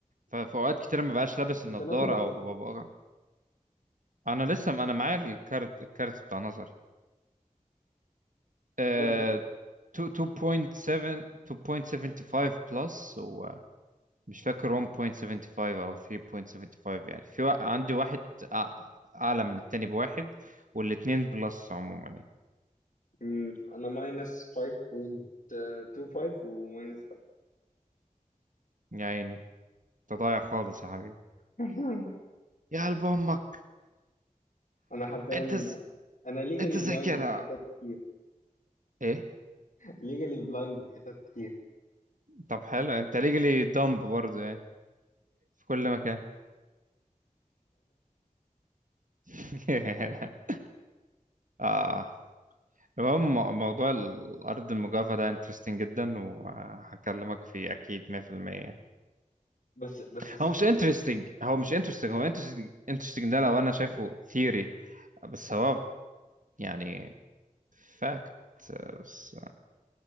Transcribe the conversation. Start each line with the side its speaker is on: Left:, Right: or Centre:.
Right: ففي اوقات كتير ما بقاش لابس
Left: انت
Right: النضاره
Left: نظرك كام
Right: او ببقى
Left: كده
Right: انا لسه انا معايا الكارت الكارت بتاع نظري آه،
Left: قول لي كده
Right: 2- 2.7 2.75 بلس و مش فاكر 1.75 او 3.75 يعني في وا- عندي واحد أع- اعلى من التاني بواحد والاتنين بلس عموما يعني
Left: مم، انا ماينس 5.25 وماينس 5
Right: يا عيني انت ضايع خالص يا حبيبي
Left: <laughs>
Right: يا قلب امك
Left: انا حرفيا
Right: انت ز...
Left: انا ليجالي
Right: انت زي
Left: بلايند
Right: كده
Left: في حتت كتير
Right: ايه
Left: ليجالي بلايند في حتت كتير
Right: طب حلو انت ليجلي دمب برضه يعني في كل مكان <laughs> اه المهم مو- موضوع الارض المجاوفة ده انترستنج جدا وهكلمك فيه اكيد 100%
Left: بس بس يا ست
Right: هو مش انترستنج هو مش انترستنج هو انترستنج انترستنج ده لو انا شايفه ثيوري بس هو يعني فاكت بس